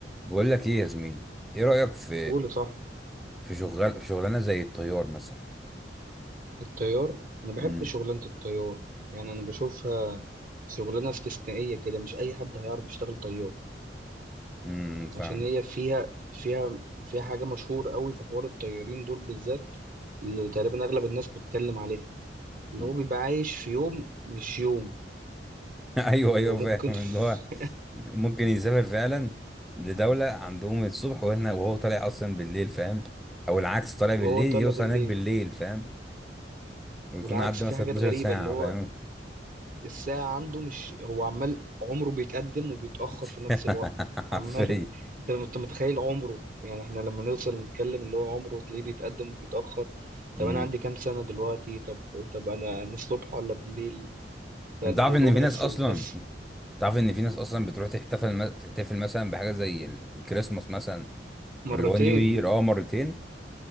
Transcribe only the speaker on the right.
قولي صح
الطيار انا بحب
شغلانه الطيار يعني انا بشوفها شغلانه استثنائيه كده مش اي حد هيعرف يشتغل طيار
عشان هي فيها فيها فيها حاجه مشهوره قوي في حوار الطيارين دول بالذات اللي تقريبا اغلب الناس بتتكلم عليها اللي
هو بيبقى عايش في يوم مش يوم
هو ممكن
في...
<laughs>
وهو طالع
بالليل
والعكس
في حاجات
غريبه
اللي هو
الساعة عنده مش هو عمال عمره بيتقدم وبيتأخر في
نفس الوقت
عمال <laughs> انت انت متخيل عمره يعني احنا لما نوصل نتكلم اللي هو عمره تلاقيه بيتقدم وبيتأخر طب
انا عندي كام سنة دلوقتي طب طب انا انا الصبح ولا بالليل فالموضوع
بحسه
بس
مرتين